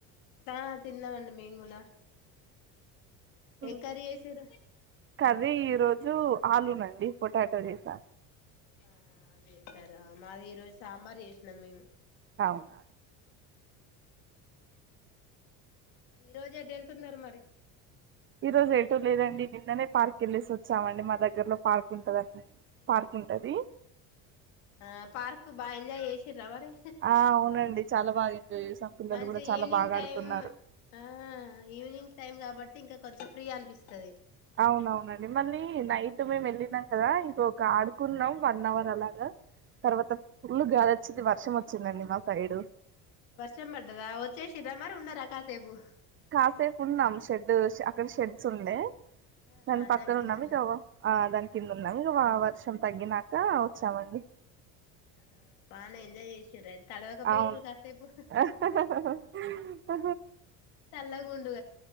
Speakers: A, on the left (about 85°); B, on the right (about 35°).
A: తా తిన్నమండి మేం కూడా
B: ఆ
A: ఏం కర్రీ చేసిర్రు
B: <inaudible> కది ఈ రోజు ఆలూనండి పొటాటా చేసా
A: ఆహా అదే ారా మాది ఈరోజు సాంబార్ నమే
B: అవును
A: హ ఈ రోజు ఎటు వెళ్తున్నారు మరి
B: ఈ రోజు ఏటో లేదండి నిన్ననే పార్క్ వెళ్ళసి వచ్చామండి మా దగ్గర్లో పార్క్ ఉంటదండి పార్క్ ఉంటది
A: ఆ పార్క్ బాగా ఎంజాయ్ చేసి్రవరి
B: ఆ అవునండి చాలా బాగా ఎంజాయ్ చేసాం పిల్లలు
A: మంచి
B: కూడా చాలా
A: ఈవినింగ్
B: బాగా
A: టైమ్
B: ఆడుకున్నారు
A: ఆ ఈవినింగ్ టైమ్ కాబట్టి ఇంకా కొంచం ఫ్రీ అనిపిస్తుంది
B: అవునవునండి మళ్ళీ నైట్ మేము వెళ్ళినాం కదా ఇంకొ ఆడుకున్నాం వన్ అవర్ అలాగా తర్వాత ఫుల్ గాలి వచ్చింది వర్షం వచ్చిందండి మా సైడ్
A: వర్షం పడ్డదా వచ్చేషిర మరి ఉండరా అకా సేపుు
B: కాసేపు ఉన్నాం షెడ్ అక్కడ షెడ్స్ ఉంది
A: ఆహా
B: దాన్ని పక్కన
A: దాని కింద
B: ఉన్నా మీగవ ఆ దాని కింద ఉన్నాక వావ వర్షం తగ్గినక వచ్చామండి
A: ఆహా బానే ఎంజాయ్ చేసర అయితే తడవకపోయిర్రు
B: అవును
A: కాసేపు
B: <unintelligible>
A: చల్లగుండు